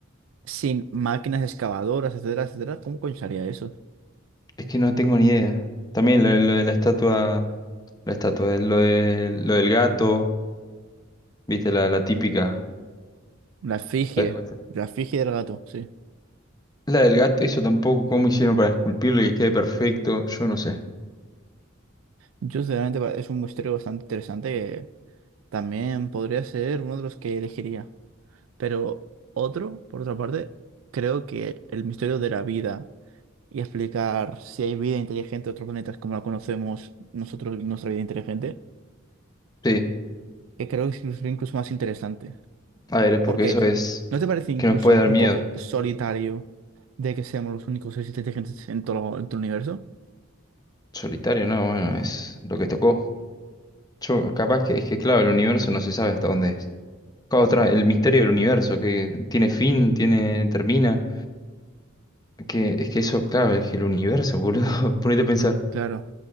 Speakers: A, on the right (about 75°); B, on the left (about 20°).
A: sin máquinas excavadoras, etcétera, etcétera, ¿cómo coño se haría eso?
B: Es que no tengo ni idea. También lo, de lo de la estatua, la estatua, eh, lo de, lo del gato, viste, la, la típica.
A: La efigie,
B: La esculta-
A: la efigie del gato, sí.
B: la del gato, eso tampoco, cómo hicieron para esculpirlo y que quede perfecto, yo no sé.
A: Yo sinceramente pa- es un misterio bastante interesante que también podría ser uno de los que elegiría. Pero otro, por otra parte, creo que el misterio de la vida y explicar si hay vida inteligente en otros planetas como la conocemos nosotros, nuestra vida inteligente,
B: Sí,
A: que creo que es incluso más interesante.
B: a ver, es porque
A: Porque,
B: eso es
A: ¿no te parece incluso
B: que nos puede dar
A: un
B: miedo.
A: poco solitario de que seamos los únicos seres inteligentes en todo, en todo el universo?
B: Solitario, no, bueno, es lo que tocó. Yo, capaz que es que, claro, el universo no se sabe hasta dónde es. Claro, otra, el misterio del universo, que tiene fin, tiene, termina. Que, es que eso, claro, es que el universo, boludo, <laughs> ponete a pensar.
A: Claro,